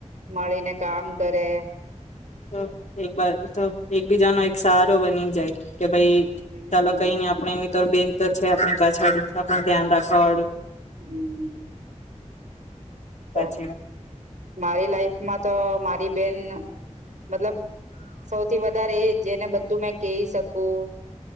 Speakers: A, on the right; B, on the left.
A: મળીને કામ કરે.
B: તો એક તો એકબીજાનો એક સહારો બની જાય. કે ભાઈ
A: હમ
B: ચાલો કઈ નઈ આપણે એ બેન તો છે આપણી પાછાળ પણ ધ્યાન રાખવા વાળું.
A: હમ્મ. તો,
B: સાચી વાત
A: મારી લાઈફમાં તો મા હરીબેન મતલબ સૌથી વધારે એ જેને બધું મેં કહી શકું.